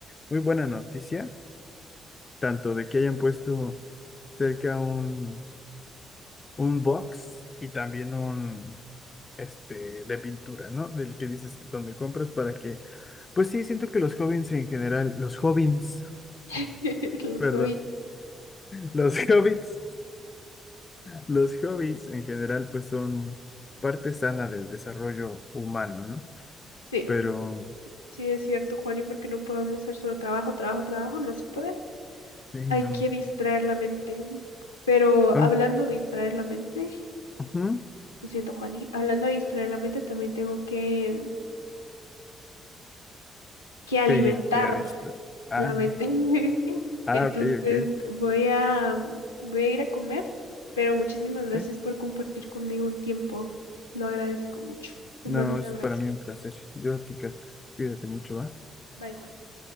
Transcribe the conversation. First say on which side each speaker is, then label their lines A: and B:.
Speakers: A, on the left (about 30°); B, on the left (about 85°).
A: muy buena noticia, tanto de que hayan puesto cerca un, un box y también un este, de pintura, ¿no? Del que dices que donde compras para que, pues sí, siento que los jóvenes en general, los hobbies,
B: <laughs> Los
A: perdón,
B: hobbies.
A: los <laughs> hobbits, los hobbies en general, pues son parte sana del desarrollo humano, ¿no?
B: Sí,
A: Pero,
B: sí es cierto, Juani, porque no podemos hacer solo trabajo, trabajo, trabajo, no se puede.
A: sí,
B: Hay
A: no,
B: que distraer la mente. Pero
A: am-
B: hablando de distraer la mente,
A: ujú,
B: Lo siento, Juani. Hablando de distraer la mente, también tengo que, que alimentar
A: que irte a distraer. Ah,
B: la mente. <laughs>
A: ah,
B: Entonces,
A: ok, ok,
B: voy a, voy a ir a comer, pero muchísimas gracias
A: sí.
B: por compartir conmigo un tiempo. Lo agradezco mucho. Te
A: No,
B: mando
A: es
B: un abrazo.
A: para mí un placer. Yo, chica, cuídate mucho, ¿va?
B: Bye, Juani.